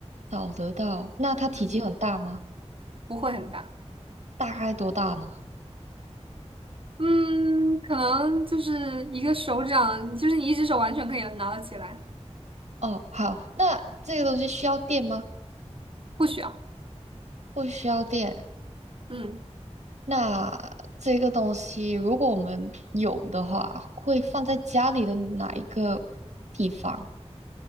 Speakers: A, on the right (about 90°); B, on the right (about 50°).
A: 找得到。那它体积很大吗？
B: 嗯，不会很大。
A: 大概多大呢？
B: 嗯，可能就是一个手掌，就是你一只手完全可以拿得起来，
A: 哦，好，那这个东西需要电吗？
B: 不需要。
A: 不需要电。
B: 嗯。
A: 那这个东西如果我们有的话，会放在家里的哪一个地方？